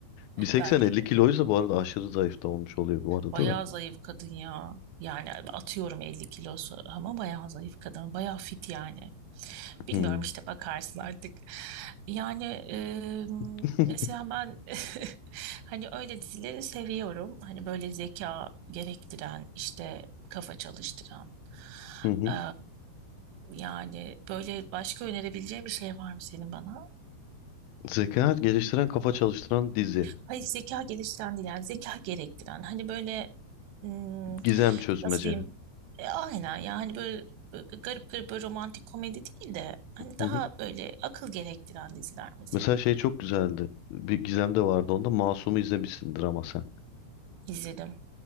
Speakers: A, on the left; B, on the right.
A: 1.80-50
B: belki de.
A: kiloysa bu arada aşırı zayıf da olmuş oluyor bu arada
B: Bayağı
A: da.
B: zayıf kadın ya. Yani atıyorum 50 kilosu ama bayağı zayıf kadın. Bayağı fit yani. Bilmiyorum
A: Hmm.
B: işte bakarsın artık. Yani e,
A: <laughs>
B: mesela ben <laughs> hani öyle dizileri seviyorum. Hani böyle zeka gerektiren işte kafa çalıştıran.
A: Hı hı.
B: Ee, yani böyle başka önerebileceğin bir şey var mı senin bana?
A: Zeka geliştiren kafa çalıştıran dizi.
B: Hayır zeka geliştiren değil yani zeka gerektiren. Hani böyle hmm,
A: Gizem çözmece.
B: nasıl diyeyim? E, aynen ya hani böyle, böyle garip garip böyle romantik komedi değil de hani
A: Hı
B: daha
A: hı.
B: böyle akıl gerektiren diziler mesela
A: Mesela şey çok güzeldi. Bir Gizem de vardı onda. Masum'u izlemişsindir ama sen.
B: izledim.